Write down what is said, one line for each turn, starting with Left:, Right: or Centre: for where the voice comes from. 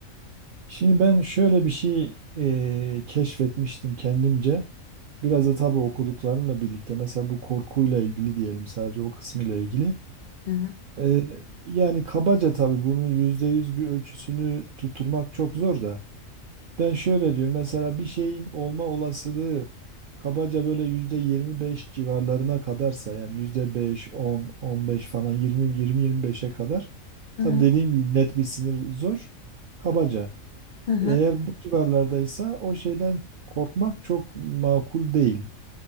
Right: Şimdi ben şöyle bir şey e, keşfetmiştim kendimce. Biraz da tabii okuduklarımla birlikte. Mesela bu korkuyla ilgili diyelim sadece o kısmıyla ilgili.
Left: Hı hı
Right: E, yani kabaca tabii bunun %100 bir ölçüsünü tutturmak çok zor da. Ben şöyle diyorum mesela bir şeyin olma olasılığı kabaca böyle %25 civarlarına kadarsa yani yüzde beş on on beş falan yirmi yirmi yirmi beşe kadar.
Left: hı
Right: Tabii
Left: hı
Right: dediğim gibi net bir sınır zor. Kabaca.
Left: hı hı.
Right: Eğer bu civarlardaysa o şeyden korkmak çok makul değil.